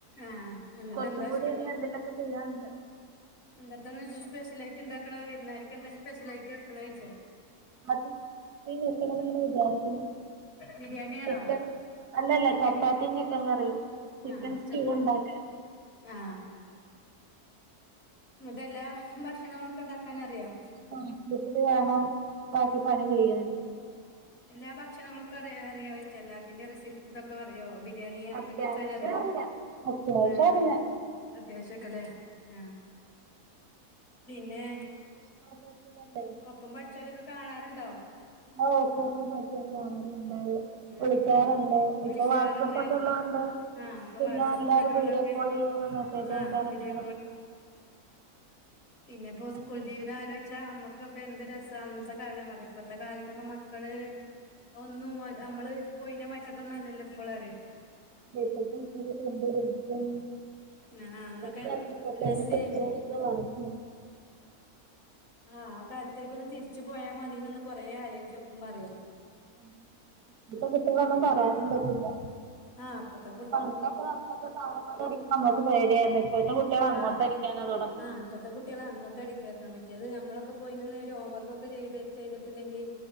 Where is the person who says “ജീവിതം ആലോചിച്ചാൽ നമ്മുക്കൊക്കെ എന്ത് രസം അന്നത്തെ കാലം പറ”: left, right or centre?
Left